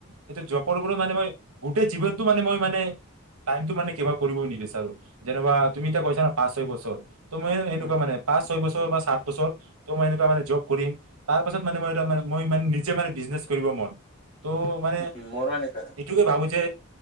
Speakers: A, on the right; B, on the left.
A: সেইটো জববোৰ মানে মই গোটেই জীৱনতটো মানে মই মানে টাইমটো মানে কিবা কৰিবওঁ নিবিচাৰো যেনবা তুমি এতিয়া কৈছা না পাঁচ ছয় বছৰ ত মই সেনেকুৱা
B: উম,
A: মানে ছয় বছৰ বাাত পিছত মই মানে জব কৰিম তাৰ পাছত মানে মই মই মানে নিজে মানে বিজনেজ কৰিব মন তো মানে
B: উম, মোৰো এনেকা
A: এইটুকে ভাবো যে